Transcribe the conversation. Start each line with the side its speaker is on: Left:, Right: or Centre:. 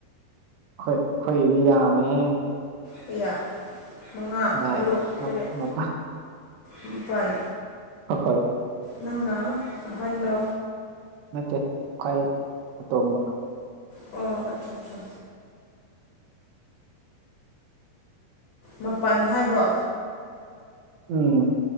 Right: ꯑꯩꯈꯣꯏ ꯑꯩꯈꯣꯏꯒꯤꯗꯤ ꯌꯥꯝꯃꯦꯍ
Left: ꯀꯌꯥ ꯃꯉꯥ
Right: ꯚꯥꯏ
Left: ꯇꯔꯨꯛ ꯇꯔꯦꯠ
Right: ꯃꯄꯥ
Left: ꯃꯥꯄꯜ
Right: ꯑ ꯍꯣꯏ
Left: ꯅꯪꯅ ꯑꯍꯥꯟꯕꯗ
Right: ꯅꯠꯇꯦ ꯈꯥꯏ ꯑꯇꯣꯝꯕ
Left: ꯑꯣ ꯑꯆꯥ ꯑꯆꯥ ꯃꯄꯜ ꯍꯥꯏꯕ꯭ꯔꯣ
Right: ꯎꯝ